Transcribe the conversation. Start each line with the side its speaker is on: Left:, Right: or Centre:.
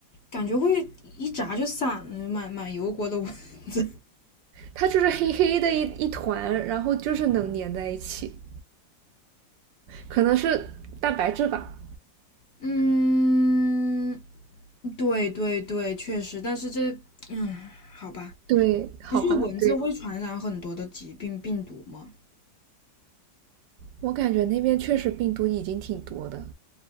Left: 感觉会一炸就散了，满满油锅的 <laughs> 蚊子。
Right: 它就是黑黑的一一团，然后就是能粘在一起，可能是蛋白质吧。
Left: 嗯，对对对，确实，但是这，嗯，好吧，
Right: 对，好吧，
Left: 不是蚊子会传染很多的疾病病毒吗？
Right: 对，我感觉那边确实病毒已经挺多的。